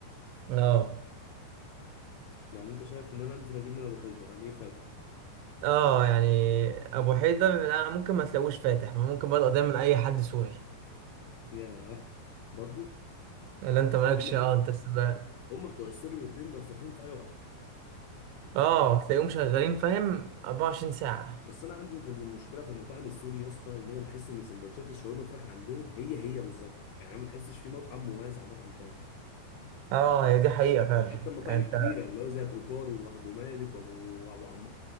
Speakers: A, on the right; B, on the left.
A: اه
B: يعني انت شايف ان انا انزل اجيب من ابو حيدر ليه فاتح
A: اه يعني ابو حيدر لا ممكن ما تلاقوش فاتح ممكن بدأ دايما اي حد سوري
B: ياه برضو
A: لا انت مالكش
B: هم
A: اه انت السباق
B: هم بتوع السوري بتلاقيهم بقى فاتحين في اي وقت
A: اه تلاقيهم شغالين فاهم 24 ساعة
B: بس انا عندي في المشكله في المطاعم السوري يا اسطى ان انا بحس ان سندوتشات الشاورما فراخ عندهم هي هي بالظبط يعني انا ما بحسش في مطعم مميز عن مطعم تاني
A: اه هي دي حقيقة فعلا
B: حتى
A: يعني
B: المطاعم
A: انت
B: الكبيره اللي هو زي بروكار وابو مالك وابو ابو عم